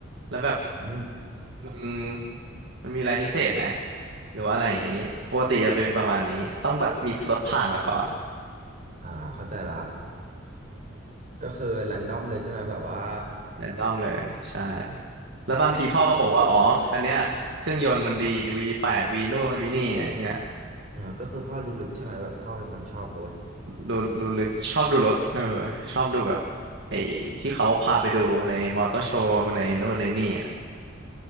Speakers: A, on the right; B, on the right.
A: แล้วแบบ
B: อืม
A: มันมันมีอะไรพิเศษไหมหรือว่าอะไรอย่างนี้ปกติจะเป็นประมาณนี้ต้องแบบมีรถผ่านมาก่อน
B: อ่าเข้าใจละก็คือแรนดอมเลยใช่ไหมแบบว่า
A: แรนดอมเลยใช่ แล้วบางทีพ่อก็บอกว่าอ๋ออันเนี้ยเครื่องยนต์มันดี V8 V นู่นวีนี่อะไรเงี้ย
B: เออก็คือพ่อรู้ลึกใช่ไหมแบบพ่อเป็นคนชอบรถ
A: รู้รู้ลึกชอบดูรถเออชอบดูแบบไอ้ที่เขาพาไปดูในมอเตอร์โชว์ในนู่นในนี่อ่ะ